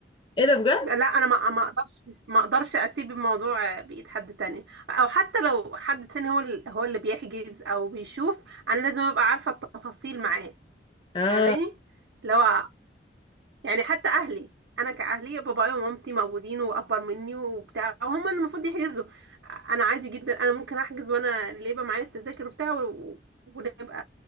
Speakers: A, on the left (about 25°); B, on the right (about 80°).
A: ايه ده بجد
B: لا انا ما ما اقدرش ما اقدرش اسيب الموضوع بايد حد تاني او حتى لو حد تاني هو ال- هو اللي بيحجز او بيشوف انا لازم ابقى عارفه التفاصيل معاه
A: اه
B: فاهماني اللي هو يعني حتى اهلي انا كاهلي بابايا ومامتي موجودين واكبر مني وبتاع وهم اللي المفروض يحجزوا انا عادي جدا انا ممكن احجز وانا اللي يبقى معايا التذاكر وبتاع و- ونبقى